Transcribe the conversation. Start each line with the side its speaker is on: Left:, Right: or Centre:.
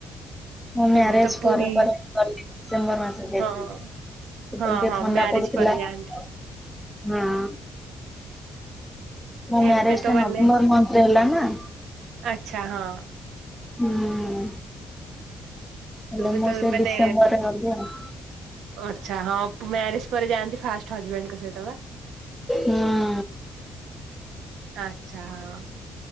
Centre: ମୁଁ ମ୍ୟାରେଜ୍
Right: ଏବେ ତ
Centre: ପରେ
Right: ପୁରୀ
Centre: ପରେ ଗଲି ଡିସେମ୍ବର ମାସ ଯାଇଥିଲି।
Right: ହଁ
Centre: ସେତଲେ
Right: ହଁ
Centre: ଟିକେ
Right: ହଁ
Centre: ଥଣ୍ଡା
Right: ମ୍ୟାରେଜ
Centre: ପଡୁଥିଲା
Right: ପରେ ଯାଆନ୍ତି
Centre: ହଁ। ମୋ ମ୍ୟାରେଜ୍
Right: ଏବେ ତ
Centre: ଟା
Right: ମାନେ
Centre: ନଭେମ୍ବର ମନ୍ଥରେ ହେଲା ନା।
Right: ଆଚ୍ଛା ହଁ
Centre: <unintelligible> ହେଲେ
Right: ଏବେ
Centre: ମୁଁ
Right: ତ
Centre: ସେ
Right: ମାନେ
Centre: ଡିସେମ୍ବରରେ ଗଲି ଆଉ।
Right: ଆଚ୍ଛା ହଁ ମ୍ୟାରେଜ୍ ପରେ ଯାଆନ୍ତି ଫାଷ୍ଟ ହଜବେଣ୍ଡ ଙ୍କ ସହିତ ବା।
Centre: ହଁ।
Right: ଆଚ୍ଛା ହଁ।